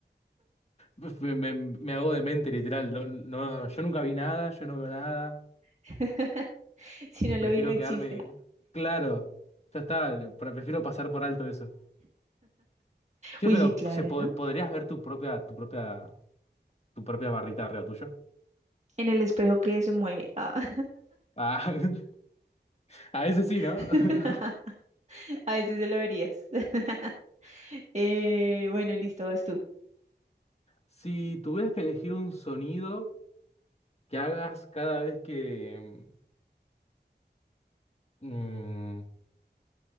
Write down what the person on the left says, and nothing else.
Pues, Me, me- me hago demente, literal. No, no, yo nunca vi nada, yo no veo nada.
Prefiero
quedarme. Claro, ya está. pre- Prefiero pasar por alto eso. Sí,
pero
se po-
podrías ver tu propia, tu propia, tu propia barrita arriba tuyo.
Ah, <laughs> a ese sí, ¿no?
<laughs>
Si tuvieras que elegir un sonido que hagas cada vez que... mm,